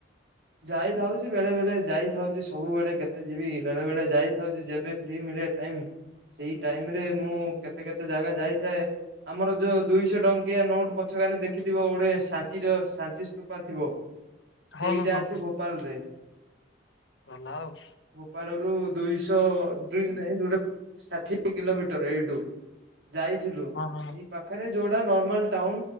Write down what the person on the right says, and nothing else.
ଯାଇଥାଉଛି ବେଳେ ବେଳେ ଯାଇଥାଉଛି, ସବୁବେଳେ କେତେ ଯିବି ବେଳେ ବେଳେ ଯାଇଥାଉଛି ଯେବେ ଫ୍ରି ମିଳି ଳେ ଟାଇମ୍, ସେଇ ଟାଇମ୍ ରେ ମୁଁ କେତେ କେତେ ଜାଗା ଯାଇଥାଏ ଆମର ଯୋଉ ଦୁଇଶହ ଟଙ୍କିଆ ନୋଟ ପଛକାନେ ଦେଖିଥିବ ଗୋଟେ ସାଚିର ସାଞ୍ଚିସ୍ତୁପା ଥିବ ସେଇଟା
ଅଛି ଭୋପାଳରେ।
ଭୋପାଳ ରୁ ଦୁଇଶହ ଦୁଇ ନାଇଁ ଯୋଉଟା ଷାଠିଏ କିଲୋମିଟର ଏଇଠୁ ଯାଇଥିଲୁ,
ଏଇ ପାଖରେ ଯୋଉଟା ନର୍ମାଲ ଟାଉନ,